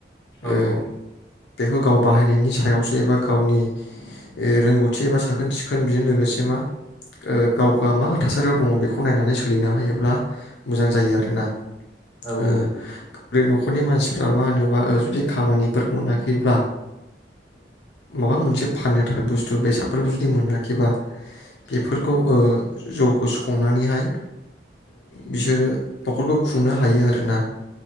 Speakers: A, on the left; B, on the left.
A: औ
B: ओ
A: औ।
B: बेखौ गाव बाहायनायनि सायावसो एबा गावनि रोंगौथि एबा साखोन सिखोनजों लोगोसे। मा गाव मा थासारियाव दङ बेखौ नायनानै सोलिनो हायोब्ला मोजां जायो आरोना।
A: औ
B: ओ
A: औ नंगौ
B: बै नख खरनि मानसिफ्रा मा होनोबा जुदि खामानिफोर मोनाखैब्ला माबा मोनसे फाननो थाखाय बुस्थु बेसादफोरखौ जुदि मोनाखैबा। बेफोरखौ
A: औ
B: अ जौखौ संनानैहाय बिसोरो न'खरखौ खुंनो हायो आरोना।